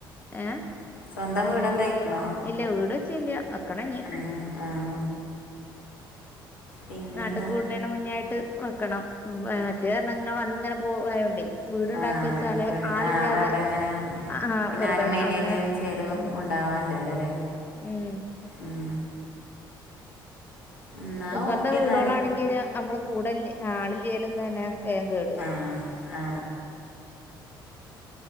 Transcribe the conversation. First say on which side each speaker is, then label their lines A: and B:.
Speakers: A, on the left; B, on the left.
A: ഏഹ്
B: സ്വന്തം വീടൊക്കെ ആയിക്കണോ
A: ഇല്ല വീട് വെച്ചില്ല വെക്കണം ഇനി
B: ഉം ആഹ് പിന്നെന്താ
A: നാട്ട് കൂടുന്നേനെ മുന്നായിട്ട് വെക്കണം ഉം ഏഹ് മറ്റെന്ന് പറഞ്ഞ ഞങ്ങൾ അങ്ങനെ പോവായോണ്ടേ വീടുണ്ടാക്കി
B: ആഹ്
A: വെച്ചാല്
B: ആഹ് ഓടി
A: ആളില്ലാതെ
B: അതവിടെങ്ങനെ
A: ആ
B: പിന്നെ
A: വെറുതെ
B: ആരും മെയിന്റയിനൻസ്
A: അങ്ങനെ
B: ചെയ്തു
A: ഉം
B: ആഹ് ല്ലല്ലോ ല്ലേ
A: ഉം
B: ഉം എന്നാ
A: ഇപ്പത്തെ
B: ഓക്കെ
A: വീടോളാണെങ്കില്
B: എന്നാല്
A: നമ്മള് കൂടെ ആളില്ലേലും തന്നെ വേഗം കേടു വരും
B: അഹ് ആഹ്